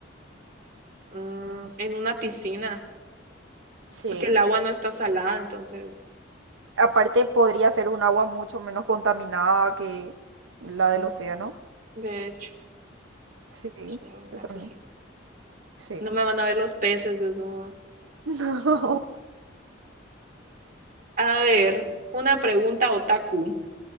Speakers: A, on the right; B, on the right.
A: Mm,
B: Mm,
A: en una piscina,
B: Sí.
A: porque el agua no está salada, entonces.
B: Aparte, podría ser un agua mucho menos contaminada que la del
A: Ujú.
B: océano.
A: De hecho,
B: Sí,
A: sí, en una
B: yo también.
A: piscina.
B: Sí.
A: No me van a ver los peces desnuda
B: <laughs> No.
A: A ver, una pregunta otaku.